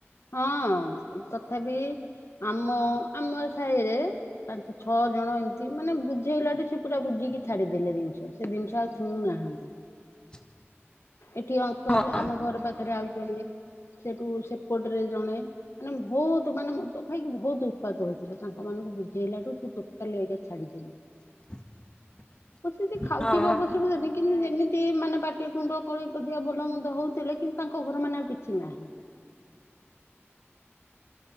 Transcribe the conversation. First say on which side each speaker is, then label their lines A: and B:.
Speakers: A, on the left; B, on the left.
A: ହଁ ତଥାବି ଆମ -ଆମ ସାହିରେ ପାଞ୍ଚ ଛଅ ଜଣ ଏମିତି ମାନେ ବୁଝେଇଲାଠୁ ସେ ପୁରା ବୁଝିକି ଛାଡିଦେଲେ ଜିନିଷ ସେ ଜିନିଷ ଆଉ ଛୁଉଁନାହାନ୍ତି।
B: <unintelligible>
A: ଏଠି ଅଙ୍କଲ୍
B: ହଁ
A: ଆମ ଘର ପାଖେରେ ଆଉ ଜଣେ ସେଠୁ ସେ କୋଟ ରେ ଜଣେ ମାନେ ଭଉତ ମାନେ ମଦ ଖାଇକି ଭଉତ ଉତ୍ପାତ ହଉଥିଲେ ତାଙ୍କ ମାନଙ୍କୁ ବୁଝେଇଲାଠୁ ସେ ଟୋଟାଲି ଏଇକା ଛାଡିଦେଲେ।
B: <inaudible>
A: ବସିଚି
B: ହଁ
A: ଖାଉଥିବେ ଅବଶ କିନ୍ତୁ ଯେମିତି ମାନେ ପାଟି ତୁଣ୍ଡ କଳିକଜିଆ ଭଲ ମନ୍ଦ ହଉଥିଲେ କିନ୍ତୁ ତାଙ୍କ ଘର ମାନେ ଆଉ କିଛି ନାହିଁ।